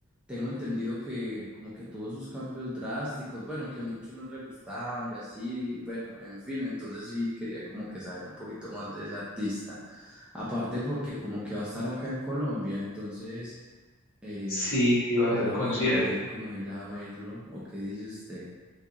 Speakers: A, in the centre; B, on the left.
A: tengo entendido que como que tuvo esos cambios drásticos, bueno, que muchos no le gustaban y así, bueno, en fin, entonces sí quería como que saber un poquito más de ese artista. Aparte porque como que va a estar acá en Colombia, entonces eh,
B: sí, sí va
A: sería
B: a ser concierto.
A: bueno también como ir a verlo, ¿o qué dice usted?